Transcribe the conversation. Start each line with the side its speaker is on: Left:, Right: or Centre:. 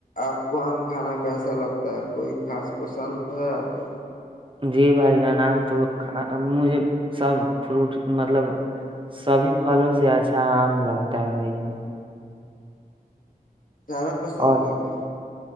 Left: آپ کو آم کھانا کیسا لگتا ہے کوئی خاص پسند ہے آپ کو۔
Right: جی بھائی جان آم تو مجھے سب فروٹ مطلب سبھی پھلوں سے اچھا آم لگتا ہے بھائی جان
Left: سارا پسند
Right: اور
Left: ہے کیا